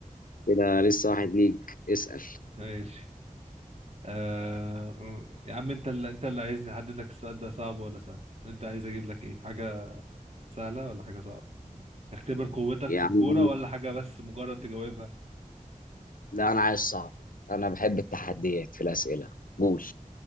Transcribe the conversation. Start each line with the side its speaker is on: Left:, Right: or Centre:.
Left: كده لسه واحد ليك اسأل
Right: ماشي آه... م- يا عم انت اللي انت اللي عايزني احدد لك السؤال ده صعب ولا سهل انت عايز اجيب لك ايه حاجة سهلة ولا حاجة صعبة اختبر قوتك
Left: يا
Right: في
Left: عم
Right: الكورة ولا حاجة بس مجرد تجاوبها
Left: لا انا عايز صعب انا بحب التحديات في الأسئلة قول